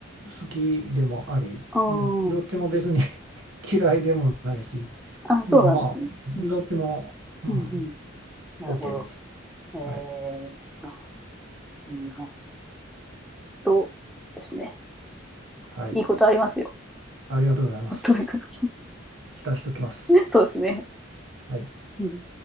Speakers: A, on the right; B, in the centre.
A: 好きでもあり、
B: ああ。
A: うん、どっちも別に <laughs> 嫌いでもないし、
B: あ、そうなんですね。
A: うん、まあ、どっちも、
B: うん。
A: うん、
B: うん、うん。なるほど。
A: OK です。
B: えー、
A: はい、
B: あ、いいな。と、ですね。
A: はい、
B: いいことありますよ。
A: ありがとうございます。
B: <laughs> とにこと
A: 期待しておきます。
B: <laughs> そうですね。
A: はい
B: うん